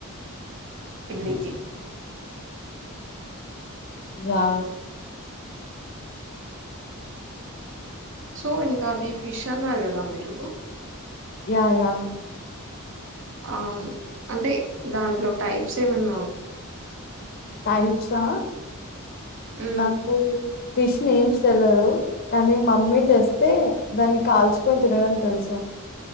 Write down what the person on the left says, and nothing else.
యా
యా యా
టైప్స్ ఆ
నాకు ఫిష్ నేమ్స్ తెలవదు కానీ మమ్మీ తెస్తే దాన్ని కాల్చుకొని తినడం తెలుసు